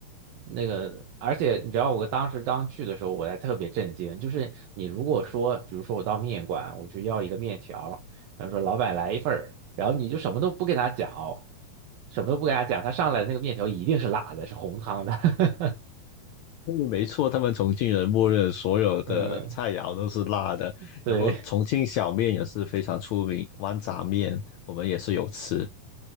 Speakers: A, on the right (about 75°); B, on the left (about 80°).
A: 那个而且你知道，我当时刚去的时候，我还特别震惊，就是你如果说，比如说我到面馆，我就要一个面条，然后说老板来一份儿，然后你就什么都不跟他讲，什么都不跟他讲，他上来的那个面条一定是辣的，是红汤的。
B: 嗯没错，他们重庆人默认所有的菜肴都是辣的，
A: <laughs> 嗯，对，
B: 然后重庆小面也是非常出名，豌杂面我们也是有吃。